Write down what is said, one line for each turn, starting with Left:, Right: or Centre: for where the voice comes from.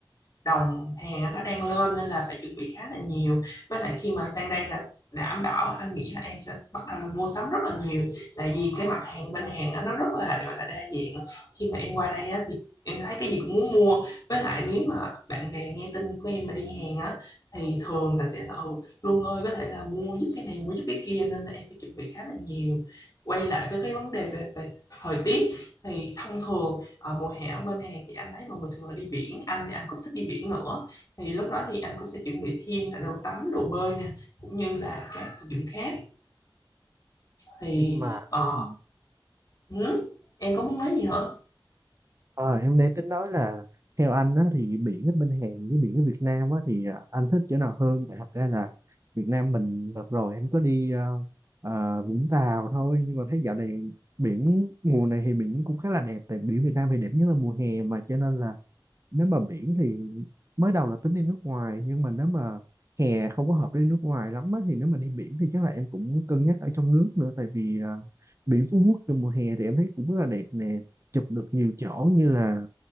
Left: đồng hàng anh nó đang lên nên là phải chuẩn bị khá là nhiều với lại khi mà sang đây là đảm bảo anh nghĩ là em sẽ bắt đầu là mua sắm rất là nhiều tại vì cái mặt hàng bên hàng á, nó rất là gọi là đa dạng khi mà em qua đây á, thì em thấy cái gì cũng muốn mua với lại nếu mà bạn bè nghe tin của em mà đi hàng á thì thường là sẽ là ừ, Luân ơi có thể là mua giúp cái này mua giúp cái kia nên là em phải chuẩn bị khá là nhiều quay lại với cái vấn đề về, về thời tiết thì thông thường Ờ, mùa hè ở bên Hàn thì anh thấy mọi người thường là đi biển anh thì anh cũng thích đi biển nữa thì lúc đó thì anh cũng sẽ chuẩn bị thêm là đồ tắm đồ bơi nè cũng như là các vật dụng khác thì
Right: nhưng mà
Left: ờ,
Right: ừ,
Left: ừ, em có muốn nói gì hả
Right: Ờ, em đang tính nói là theo anh á, thì biển ở bên Hàn với biển ở Việt Nam á, thì à, anh thích chỗ nào hơn tại thật ra là Việt Nam mình đợt rồi em có đi ờ, ờ, Vũng Tàu thôi nhưng mà thấy dạo này biển mùa này thì biển cũng khá là đẹp tại biển Việt Nam thì đẹp nhất là mùa hè mà cho nên là nếu mà biển thì mới đầu là tính đi nước ngoài nhưng mà nếu mà hè không có hợp đi nước ngoài lắm á, thì nếu mà đi biển thì chắc là em cũng cân nhắc ở trong nước nữa tại vì à, biển Phú Quốc trong mùa hè thì em thấy cũng rất là đẹp nè chụp được nhiều chỗ như là